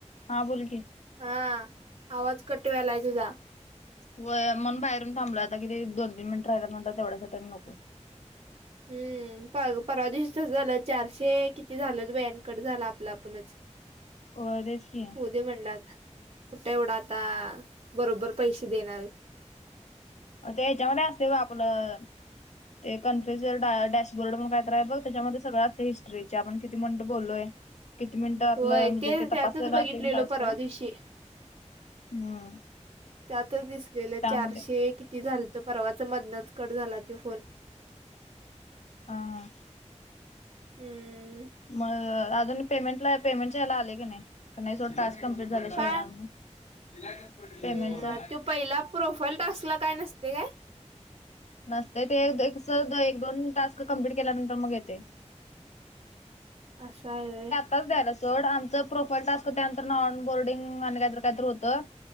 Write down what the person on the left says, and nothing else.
हा बोल की.
होय म्हणून बाहेरून थांबलं आता किती दोन तीन मिनट राहियला म्हणलं तेढ्यासाठी आणि नको.
होय तेच की.
ते याच्यामध्ये असते ब आपलं. ते कन्फ्युज ड डॅशबोर्ड मग कायत रा बघ त्याच्यामध्ये सगळं असते हिस्ट्रीचे आपण. किती मिनिटं बोललोय किती मिनिटं आपलं
म्हणजे
ते
तपासलेला
असतेय टास्क.
हम्म.
त्यामध्ये
हा.
मग अजून पेमेंटला पेमेंटच्या यायला आले की नाही का नाही सोड टास्क. कंप्लीट झाल्याशिवाय
येणार
पेमेंट च.
नसत ते एक दोन टास्क कम्प्लीट केल्यानंतर मग येते.
च द्यायला सोड आमचं प्रोफाईल टास्क त्यानंतर नॉन बोर्डिंग आणि काहीत काहीत होतं.